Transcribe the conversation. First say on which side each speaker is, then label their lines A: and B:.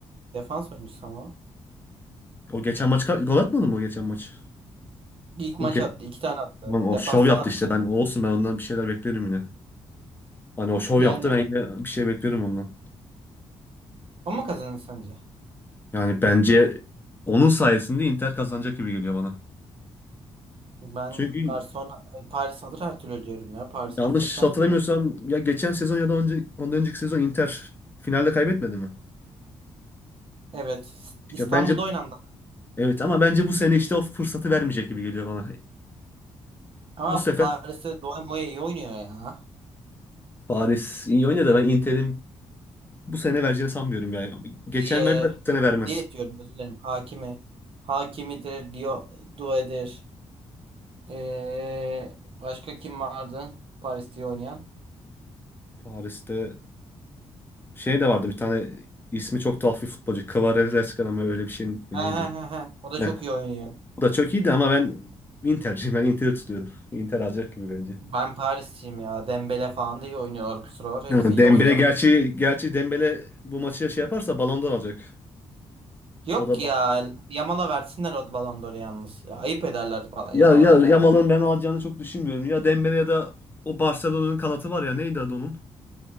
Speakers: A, on the right; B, on the left.
A: Defans oyuncusu ama. o.
B: O geçen maç ka- gol atmadı mı o geçen maç?
A: İlk
B: O
A: maç
B: ge
A: attı, iki tane attı.
B: Lan o
A: Defanstan
B: şov yaptı
A: attı.
B: işte ben olsun ben ondan bir şeyler beklerim yine. Hani o şov
A: Yani
B: yaptı ben yine bir şey beklerim ondan.
A: ama kazanır sence?
B: Yani bence onun sayesinde Inter kazanacak gibi geliyor bana.
A: Ben
B: Çünkü
A: Barcelona Paris alır her türlü diyorum ya. Paris
B: yanlış
A: affetmez
B: hatırlamıyorsam
A: diyorum.
B: ya geçen sezon ya da önce, ondan önceki sezon Inter finalde kaybetmedi mi?
A: Evet.
B: İşte
A: İstanbul'da
B: bence
A: oynandı.
B: Evet ama bence bu sene işte o fırsatı vermeyecek gibi geliyor bana.
A: Ama
B: Bu sefer
A: Paris'te Doğan Moya iyi oynuyor ya.
B: Paris iyi oynadı. Ben Inter'in bu sene vereceğini sanmıyorum yani. Geçen
A: Ziye.
B: verdi, bu sene vermez.
A: Ziye diyorum özür dilerim. Hakimi. Hakimidir. Dio, Due'dir. Ee, başka kim vardı? Paris'te iyi oynayan.
B: Paris'te şey de vardı bir tane ismi çok tuhaf bir futbolcu. Kvaratskhelia mı öyle bir şey mi neydi?
A: Ha ha ha ha. O da
B: Heh.
A: çok iyi oynuyor.
B: O da çok iyiydi ama ben Inter'ciyim. Ben Inter'i tutuyorum. Inter alacak gibi bence.
A: Ben Paris'teyim ya. Dembele falan da iyi oynuyorlar bu sıralar. Hepsi
B: Ha,
A: iyi
B: Dembele
A: oynuyor.
B: gerçi gerçi Dembele bu maçı şey yaparsa Ballon d'Or alacak.
A: Yok
B: O da
A: ya. Yamal'a versinler o Ballon d'Or'u yalnız. Ya, ayıp ederler ba-
B: ya
A: Yamal'a
B: ya
A: vermezler.
B: Yamal'ın ben alacağını çok düşünmüyorum. Ya Dembele ya da o Barcelona'nın kanatı var ya neydi adı onun?